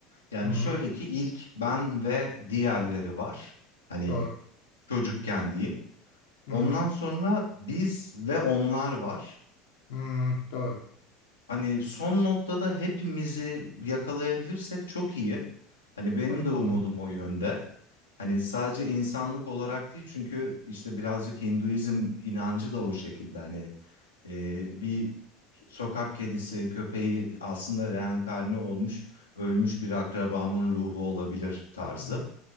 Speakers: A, on the left; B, on the left.
A: Yani
B: Hı hı,
A: şöyle ki ilk ben ve diğerleri var. Hani
B: doğru.
A: çocukken diyeyim.
B: Hı
A: Ondan
B: hı,
A: sonra biz ve onlar var.
B: hı doğru.
A: Hani son noktada hepimizi yakalayabilirsek çok iyi. Hani benim
B: Çok
A: de umudum
B: doğru.
A: o yönde. Hani sadece insanlık olarak değil çünkü işte birazcık Hinduizm inancı da o şekilde hani e, bir sokak kedisi köpeği aslında reenkarne olmuş ölmüş bir akrabamın ruhu olabilir tarzı.
B: hı hı.